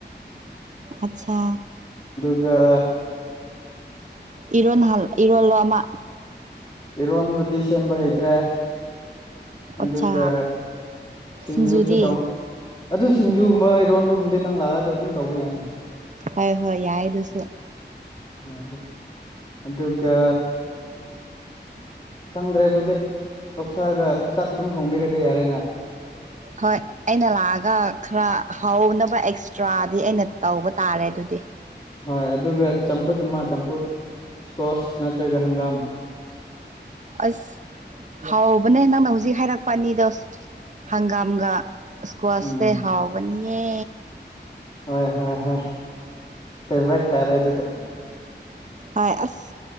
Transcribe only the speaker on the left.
ꯒ
ꯏꯔꯣꯟꯕꯗꯤ ꯁꯦꯝꯕ ꯍꯩꯇ꯭ꯔꯦ ꯑꯗꯨꯒ
ꯁꯤꯡꯖꯨꯁꯨ
ꯇꯧ ꯑꯗꯨ ꯁꯤꯡꯖꯨꯒꯨꯝꯕ ꯏꯔꯣꯟꯕꯒꯨꯝꯕꯗꯤ ꯅꯪ ꯂꯥꯛꯑꯗ ꯑꯗꯨꯝ ꯇꯧꯕ ꯌꯥꯏꯅ
ꯍ ꯑꯗꯨꯒ ꯈꯪꯗ꯭ꯔꯦ ꯑꯗꯨꯗꯤ ꯑꯣꯛꯁꯥꯒ ꯆꯥꯛ ꯑꯗꯨꯝ ꯊꯣꯡꯕꯤꯔꯒꯦ ꯌꯥꯔꯦꯅ
ꯍꯣꯏ ꯑꯗꯨꯒ ꯆꯝꯐꯨꯠ ꯑꯃ ꯆꯝꯐꯨꯠ ꯏꯁꯀꯣꯁ ꯅꯠꯇ꯭ꯔꯒ ꯍꯪꯒꯥꯝ
ꯎꯝ
ꯍꯣꯏ ꯍꯣꯏ ꯍꯣꯏ ꯐꯦꯚꯔꯥꯏꯠ ꯇꯥꯔꯦ ꯑꯗꯨꯗꯤ